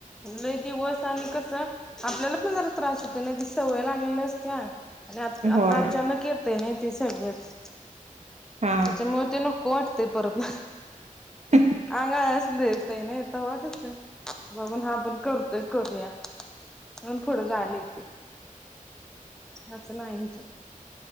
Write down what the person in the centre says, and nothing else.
कु दिवस आणि कसं आपल्याला पण जरा त्रास होते नाही त सवय लागलेली असते अरे आ
आता अचानक येत आहे ना ते सगळच
त्याच्यामुळे ते न को वाटते परत ना
अंगाय असलं येतयं नाही तवां कसं. बघून हा आपण करतोय करूया पण पुढं जायला येतयं. असं नाही हेच्यात.